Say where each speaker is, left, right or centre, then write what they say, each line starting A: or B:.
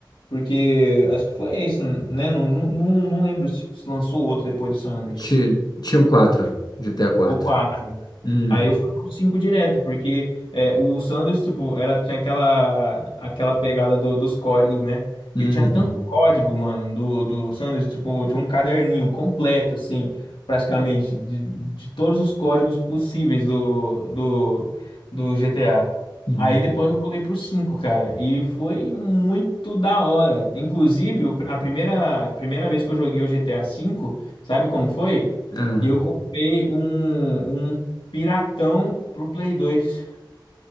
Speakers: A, on the left; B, on the left.
A: Porque acho que foi isso, né? Não, não, não não lembro se se lançou outro depois do San Andreas.
B: Ti- Tinham quatro, GTA 4.
A: O 4.
B: Hum,
A: Aí eu fui com cinco direto, porque é, o Sanders, tipo, era, tinha aquela, aquela pegada do- dos códigos, né?
B: uhum,
A: E tinha tanto código, mano, do, do Sanders, tipo, tinha um caderninho completo, assim, praticamente, de, de todos os códigos possíveis do, do, do GTA.
B: uhum.
A: Aí depois eu pulei pro cinco cara, e foi muito da hora. Inclusive, o pr- a primeira, a primeira vez que eu joguei o GTA cinco sabe como foi?
B: Ah.
A: Eu comprei um, um piratão pro Play dois